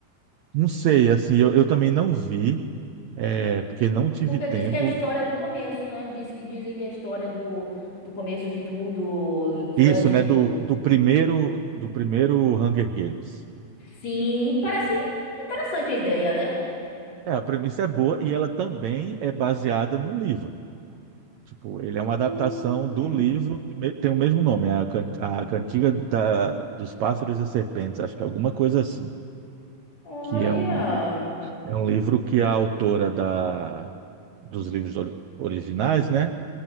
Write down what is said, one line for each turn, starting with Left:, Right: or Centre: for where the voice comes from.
Right: Não sei, assim, eu, eu também não vi, é, porque não tive
Left: Porque
Right: tempo.
Left: diz que é a história do começo, né? Diz que dizem que é a história do, do começo de tudo, que
Right: Isso,
Left: antes
Right: né,
Left: do.
Right: do, do primeiro, do primeiro Hunger Games.
Left: Sim, parece interessante a ideia, né?
Right: É, a premissa é boa e ela também é baseada num livro. Tipo, ele é uma
Left: Hum,
Right: adaptação do livro, que me- tem o mesmo nome, é a, Can- a Cantiga da- dos Pássaros e Serpentes, acho que é alguma coisa assim,
Left: olha.
Right: que é um, é um livro que a autora da, dos livros ori- originais, né?